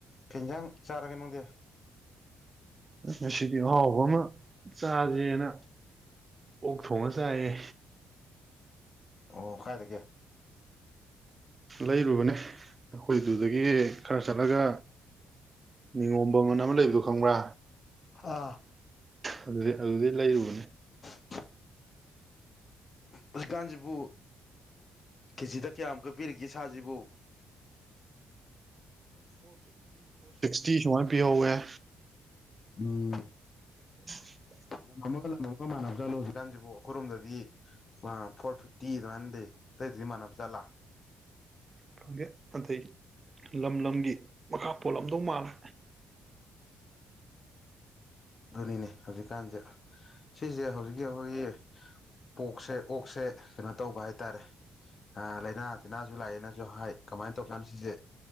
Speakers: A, on the left (about 40°); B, on the right (about 30°).
A: ꯀꯩ ꯏꯟꯖꯥꯡ ꯆꯥꯔꯒꯦ ꯅꯪꯗꯤ
B: ꯉꯁꯤꯗꯤ ꯑꯍꯥꯎꯕ ꯑꯃ ꯆꯥꯥꯁꯦꯅ ꯑꯣꯛ ꯊꯣꯡꯉ ꯆꯥꯏꯌꯦ
A: ꯑꯣ ꯀꯥꯏ ꯗꯒꯤ
B: ꯂꯩꯔꯨꯕꯅꯦ ꯑꯩꯈꯣꯏꯗꯨꯗꯒꯤ ꯈꯔ ꯆꯠꯂꯒ ꯅꯤꯉꯣꯝꯕꯝ ꯑꯅ ꯑꯃ ꯂꯩꯕꯗꯣ ꯈꯪꯕ꯭ꯔꯥ
A: ꯍꯥ
B: ꯑꯗꯨ ꯗꯩ ꯑꯗꯨꯗꯩ ꯂꯩꯔꯨꯕꯅꯦ
A: ꯑꯁ ꯍꯧꯖꯤꯛꯀꯥꯟꯁꯤꯕꯨ ꯀꯦꯖꯤꯗ ꯀꯌꯥꯃꯨꯛꯀ ꯄꯤꯔꯤꯒꯦ ꯁꯥꯁꯤꯕꯨ
B: ꯇꯤ ꯁꯨꯃꯥꯏ ꯄꯤꯍꯧ ꯑꯦ
A: ꯎꯝ
B: <unintelligible>
A: ꯂꯝ ꯑꯃꯒꯥ ꯂꯝ ꯑꯃꯒꯥ ꯃꯅꯥꯕ꯭ꯔꯣ ꯖꯥꯅꯣ ꯍꯧꯖꯤꯛꯀꯥꯟꯁꯤꯕꯨ ꯑꯩꯈꯣꯏꯔꯣꯝꯗꯗꯤ ꯐꯣꯔ ꯐꯤꯐꯇꯤ ꯑꯗꯨꯃꯥꯏꯅ ꯂꯩ ꯑꯇꯩꯗꯗꯤ ꯃꯥꯟꯅꯕ ꯖꯥꯠꯂꯥ
B: ꯈꯪꯗꯦ ꯑꯗꯩ ꯂꯝ ꯂꯝꯒꯤ ꯃꯈꯥ ꯄꯣꯜꯂꯝꯗꯧ ꯃꯥꯜꯂꯦ
A: ꯑꯗꯨꯅꯤꯅꯦ ꯍꯧꯖꯤꯛꯀꯥꯟꯁꯦ ꯁꯤꯁꯦ ꯍꯧꯖꯤꯛꯀꯤ ꯑꯩꯈꯣꯏꯒꯤ ꯄꯣꯛꯁꯦ ꯑꯣꯛꯁꯦ ꯀꯩꯅꯣ ꯇꯧꯕ ꯍꯥꯏꯇꯥꯔꯦ ꯑ ꯂꯩꯅꯥ ꯂꯩꯅꯥꯁꯨ ꯂꯥꯛꯑꯦꯅꯁꯨ ꯍꯥꯏ ꯀꯃꯥꯏꯅ ꯇꯧꯕꯖꯥꯠꯅꯣ ꯁꯤꯁꯦ